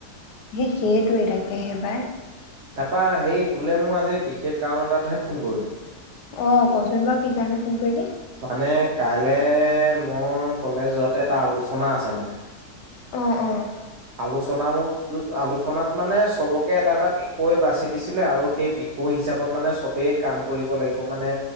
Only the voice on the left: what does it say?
সেই সেইটোৱে তাকেহে পায়
অ কচোন বাৰু কি কাৰণে ফোন কৰিলি
অহ অহ